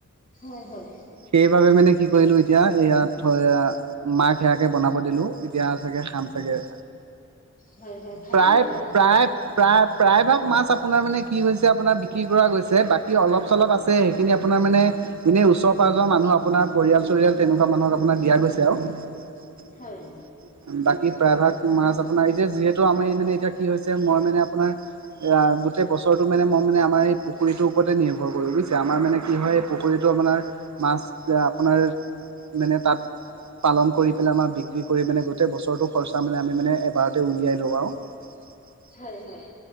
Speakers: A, on the left; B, on the right.
A: হয় হয়।
B: সেইবাবে মানে কি কৰিলো এতিয়া ইয়াত- মাক সেয়াকে বনাব দিলোঁ, এতিয়া চাগে খাম চাগে।
A: হয় হয় ভালে
B: প্ৰায়,
A: লাগে বাৰু ঘৰৰ
B: প্ৰায়- প্ৰায় প্ৰায় ভাগ মাছ আপোনাৰ মানে কি হৈছে আপোনাৰ বিক্ৰী কৰা গৈছে, বাকী অলপ চলপ আছে। সেইখিনি আপোনাৰ মানে এনেই ওচৰ পাঁজৰ মানুহ আপোনাৰ পৰিয়াল-চৰিয়াল তেনেকুৱা মানুহক আপোনাৰ দিয়া গৈছে আৰু। বাকী
A: হয়
B: প্ৰায় ভাগ- মাছ আপোনাৰ এতিয়া যিহেতু আমাৰ মানে এতিয়া কি হৈছে মই মানে আপোনাৰ এইয়া গোটেই বছৰটো মানে মই মানে আমাৰ এই পুখুৰীটোৰ ওপৰতে নিৰ্ভৰ কৰো বুজিছা। আমাৰ মানে কি হয় পুখুৰীটো আপোনাৰ মাছ আপোনাৰ মানে তাত- পালন কৰি পেলাই আমাৰ বিক্ৰী কৰি মানে গোটেই বছৰটো খৰচা মানে আমি মানে এবাৰতে উলিয়াই লওঁ আৰু। <unintelligible>
A: হয় হয়।